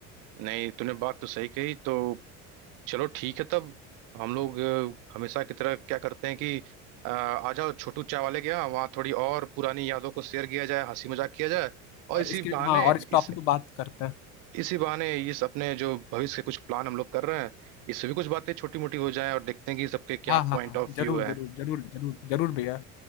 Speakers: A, on the right; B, on the left.
A: नहीं तूने बात तो सही कही तो चलो ठीक है तब हम लोग अ, हमेशा की तरह क्या करते हैं कि अ, आ जाओ छोटू चाय वाले के यहाँ वहाँ थोड़ी और पुरानी यादों को शेयर किया जाए हंसी मजाक किया जाए और
B: और
A: इसी
B: इसके
A: बहाने
B: हाँ और इस टॉपिक
A: इस
B: पे बात करते हैं
A: इसी बहाने इस अपने जो भविष्य के कुछ प्लान हम लोग कर रहे हैं इससे भी कुछ बातें छोटी मोटी हो जाए और देखते हैं कि सबके क्या
B: हाँ हाँ
A: पॉइंट
B: हाँ
A: ऑफ
B: जरूर
A: व्यू है
B: जरूर जरूर जरूर जरूर भैया